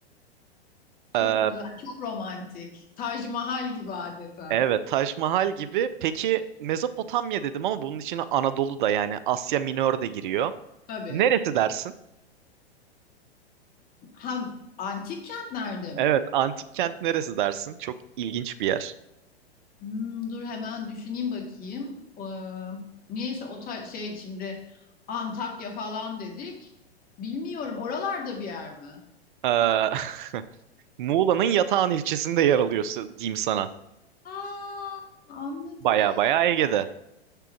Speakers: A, on the left (about 25°); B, on the right (about 50°).
A: Çok
B: E,
A: güzel, çok romantik. Taj Mahal gibi adeta.
B: Evet, Taş Mahal gibi. Peki Mezopotamya dedim ama bunun içine Anadolu da yani Asya Minör de giriyor.
A: Tabii.
B: Neresi dersin?
A: Ha, antik kent nerede
B: Evet,
A: mi?
B: antik kent neresi dersin? Çok ilginç bir yer.
A: Hmm, dur hemen düşüneyim bakayım. Ee, niyeyse o ta- şey şimdi Antakya falan dedik. Bilmiyorum oralarda bir yer mi?
B: Ee, <laughs> Muğla'nın Yatağan ilçesinde yer alıyor s- diyeyim sana.
A: Aa, anladım.
B: Baya baya Ege'de.